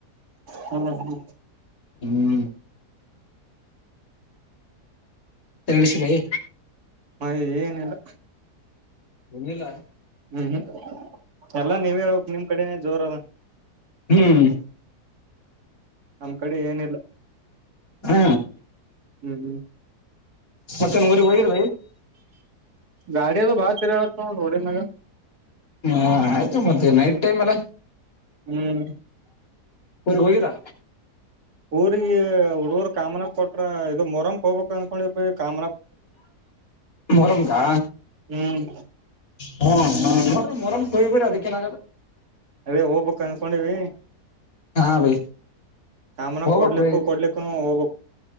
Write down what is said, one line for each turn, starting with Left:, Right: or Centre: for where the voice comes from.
Right: ಹ್ಮ್ ಹ್ಮ್
Left: ಹ್ಮ್ ತಳಷನಾಯ
Right: ಮ ಏನಿಲ್ಲ
Left: ಒನ್ನಿಲ್ಲ
Right: ಹ್ಮ್ ಹ್ಮ್ ಎಲ್ಲ ನೀವ್ ಹೇಕ್ ನಿಮ್ ಕಡೆನ ಜೋರ ಅಲ್ಲ
Left: ಹ್ಮ್
Right: ನಮ್ಮ್ ಕಡೆ ಏನಿಲ್ಲ
Left: ಹ್ಮ
Right: ಹ್ಮ್ ಹ್ಮ
Left: ಮತ್ತೆ ಊರಿ ಹೋಗಿರ್
Right: ಗಾಡಿ ಅದು ಬಾಳ ತೆರ ನ ರೋಡಿನಾಗ
Left: ಹಾ ಆಯ್ತು ಮತ್ತೆ ನೈಟ್ ಟೈಮ್ ಎಲ್ಲ
Right: ಹ್ಮ್
Left: ಹರಿ ಹೋಗಿರಾ
Right: ಊಗ ಹುಡುಗರ್ ಕಾಮನ ಕೊಟ್ಟ ಇದು ಮೊರಮ ಹೋಗ್ಬೇಕ ಅಂದನ್ಕೊಂಡಿ ಕಾಮ
Left: ಮೊರಂಕಾ
Right: ಹ್ಮ್
Left: ಹ್ಮ ಹ ಮರ ಮೊರಂ ಕಯಿಬರ ಅದಕ್ಕೆ ನಾಗಲ್ಲ
Right: ಅದೇ ಹೋಗ್ಬೇಕಕ್ ಅಂದಕೊಂಡಿವವಿ
Left: ಹಾ ಬೈ
Right: ಸಾಮನಾಗ
Left: ಹೋಗ್ಬಕ್
Right: ಕೊಡ್ಲಿಕ್ಕೂ
Left: ಬೈ
Right: ಕೊಡ್ಲಿಕ್ಕನು ಹೋಗಕ್